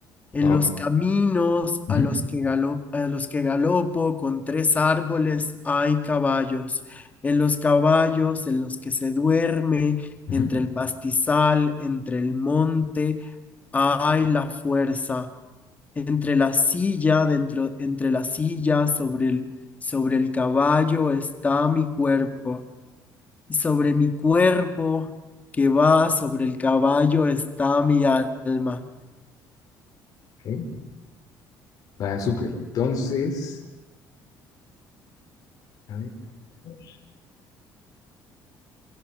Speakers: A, on the left; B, on the left.
A: En
B: ok.
A: los caminos
B: ujú,
A: a los que galo- a los que galopo con tres árboles hay caballos. En los caballos en los que se duerme,
B: ujú,
A: entre el pastizal, entre el monte, Ay, la fuerza entre la silla, dentro, entre la silla, sobre el, sobre el caballo está mi cuerpo, y sobre mi cuerpo que va sobre el caballo está mi alma.
B: ok, Va, súper. Entonces, a ver, a ver,